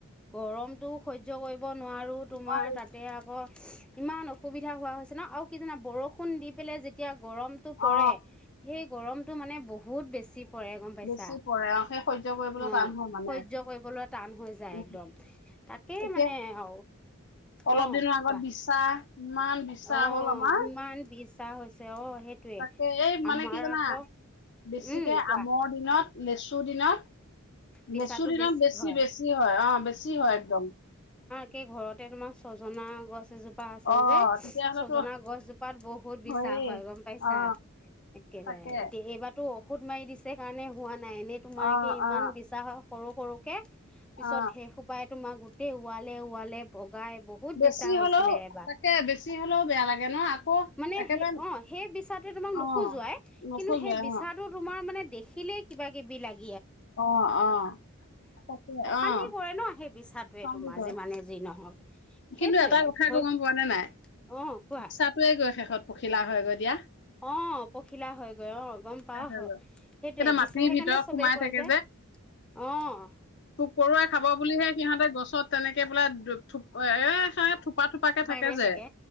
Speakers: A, in the centre; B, on the left.
A: গৰমতটো সহ্য কৰিব নোৱাৰো তোমাৰ
B: নোৱাৰি
A: তাতে আকৌ ইমান অসুবিধা হোৱা হৈছে ন আৰু কি জানা বৰষুণ দি পেলাই যে গৰমতটো পৰে
B: অ
A: সেই গৰমতটো মানে বহুত বেছি কৰেৰে গম পাইছা
B: বেছি পৰে অ সেই সহ্য কৰিবলৈ
A: অ
B: টান হয় মানে
A: <unintelligible> কৰিবলৈ টান হৈ যায়
B: উ
A: একদম তাকে
B: এতিয়া
A: মানে অ
B: অলপ
A: অ
B: দিনৰ আগত
A: কোৱা
B: বিছা ইমান বিছা
A: অ
B: হ'ল আমাৰ
A: ইমান বিছা হৈছে অ সেইটোৱে
B: তাকে এই
A: আমাৰ
B: মানে কি জানা
A: আকৌ
B: বেছিকে
A: উম কোৱা
B: আমৰ দিনত লেচু দিন লেচুৰী
A: বিচাটো
B: দিনত
A: বেছি
B: বেছি-বেছি
A: হয়
B: হয় অ', বেছি হয় একদম
A: কেই ঘৰতে তোমাৰ ছজনা গছ গছজোপা আছে
B: অ
A: যে
B: তেতিয়াহলেতো
A: ছজনা গছজোপাত বহুত বিছা
B: হয়েই
A: হয় গম পাইছা।
B: অ
A: একেবাৰে,
B: তাকে
A: এতিয়া এইবাৰো ঔষুধ মাৰি দিছে কাৰণে হোৱা নাই, এনেই তোমালোকে
B: অ
A: ইমান
B: অ
A: বিশ্বাস সৰু-সৰু পিছত
B: অ
A: সেই সোপাই তোমাক গোটেই ওৱালে- ওৱালে বগাই বহুত
B: বেছি
A: বিচা হৈছিলে
B: হ'লেও
A: এবাৰ
B: তাকে বেছি হ'লেও বেয়া লাগে ন আকৌ
A: মানে
B: একেবাৰে
A: সৈ অ সেই বিচাৰটোৱে তোমাক নখোজোৱাই
B: অ', নোখোজোৱাই
A: কিন্তু সেই বিচাটো
B: অ'।
A: তোমাৰ মানে দেখিলেই কিবা মানে
B: অ', অ', তাকে
A: অশান্তি
B: অ',
A: কৰে ন সেই <inaudible> কথাটোৱ
B: চালি
A: এইটো মাজে
B: গৈ।
A: মানে যি নহওক সেইটোৱে
B: কিন্তু এটা কথা
A: ভৰি
B: আকৌ গম পোৱানে নাই
A: অ কোৱা
B: বিছা টোৱে গৈ শেষত পখিলা হয় গৈ দিয়া।
A: অ' পখিলা হয়। অ গম পা আহ
B: হৈ গৈ
A: সেইটোয়ে
B: এতিয়া মাটিৰ
A: বিছা
B: ভিতৰত
A: কাৰণে চবে
B: সোমাই
A: কয়
B: থাকে
A: যে অঁ।
B: পোক পৰুৱাই খাব বুলিহে সিহঁতে গছত তেনেকে বোলেপএ সিহতে এ থোপা থোপাকে থাকে।
A: লাগিয়ে
B: যে,
A: থাকে